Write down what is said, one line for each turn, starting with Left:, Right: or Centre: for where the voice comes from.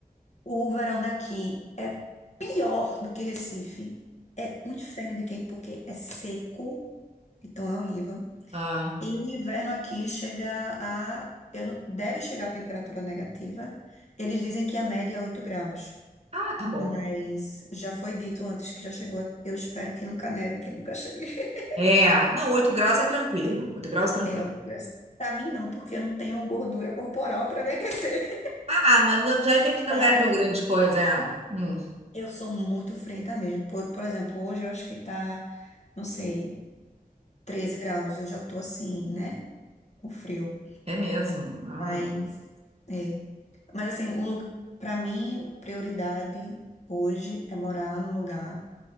Left: O verão daqui é pior do que Recife. É um inferno de quente porque é seco, então é horrível.
Right: Ah,
Left: E o inverno aqui chega a. Eu, não- deve chegar a temperatura negativa. Eles dizem que a média é 8 graus.
Right: ah, tá bom.
Left: Mas já foi dito antes que já chegou. Eu espero que nunca neve, que nunca chegue. <laughs>
Right: É, não, 8 graus é tranquilo. oito graus é tranquilo.
Left: É, 8 graus. Pra mim, não, porque eu não tenho gordura corporal pra me aquecer.
Right: Ah, mas não- tu vai
Left: <laughs>
Right: ver que não
Left: Mas
Right: é tão grande coisa. É, Hum,
Left: eu sou muito frenta mesmo. Por, por exemplo, hoje eu acho que tá, não sei, 13 graus. Eu já tô assim, né? Com frio.
Right: é mesmo. Ah.
Left: Mas. é. Mas assim, um lugar, para mim, prioridade hoje é morar num lugar.